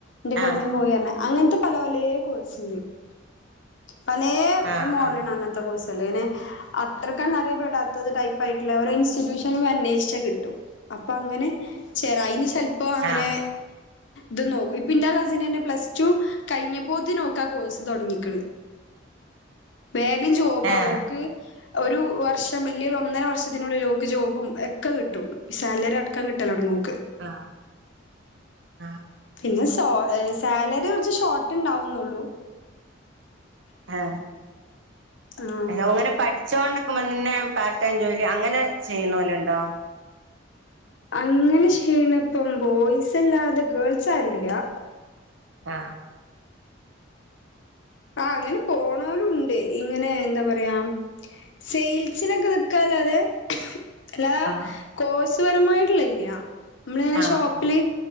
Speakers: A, on the left (about 70°); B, on the right (about 70°).
A: ന്റെ കസിൻ
B: ആഹ്
A: പോയിറഞ്ഞ അങ്ങൻത്തെ പല പലേ കോഴ്സ്ണ്ട്. പലേ
B: ആഹ് ആഹ്
A: മോഡലണ് അങ്ങൻത്തെ കോഴ്സ് നെ അത്രക്കന്നെ അറിയപ്പെടാത്തത് ടൈപ്പായ്ട്ട്ള്ള ഓരേ ഇൻസ്റ്റിറ്റ്യൂഷൻലൊന്നന്വേഷിച്ചാ കിട്ടും. അപ്പൊ അങ്ങനെ ചെരായിന് ചെലപ്പോ അങ്ങനെ
B: ആഹ് ആഹ്
A: ത് നോക്കും ഇപ്പ ന്റെ കസിനെന്നെ പ്ലസ് ടു കഴിഞ്ഞപ്പോത്തിനോക്കാ കോഴ്സ് തൊടങ്ങീക്ക്ണ്. വേഗം ജോബാവൂ
B: ഏഹ്
A: ഓക്ക് ഒരു വർഷം അല്ലേരു ഒന്നര വർഷത്തിനുള്ളില് ഓക്ക് ജോബും എക്കെ കിട്ടും, സാലറിയടക്കം കിട്ടലോടങ്ങും.
B: ആ ആ.
A: പിന്നെ സോ ർ സാലറി കൊറച്ച് ഷോർട്ട്ണ്ടാവുന്ന്ള്ളു.
B: ഏ
A: ആഹ്
B: അ അങ്ങനെ പഠിച്ചോണ്ട് ക്കുമ്പോന്നെ പാർട്ട് ടൈം ജോലി അങ്ങനെ ചെയ്യുന്നോലെണ്ടോ?
A: അങ്ങനെ ചെയ്യണേപ്പം ബോയ്സ് അല്ലാതെ ഗേൾസ് ആരുല്ല്യ.
B: ആ.
A: ആ അങ്ങനെ പോണോലുണ്ട്, ഇങ്ങനെ എന്താ പറയാ സെയിൽസിനൊക്കെ നിക്കാലോ, അതെ. ല്ലാ
B: ആഹ്
A: കോഴ്സ്പരമായിട്ട്ള്ല്ല്യ മ്മള്ങ്ങനെ
B: ആഹ്
A: ഷോപ്പില്
B: ആഹ്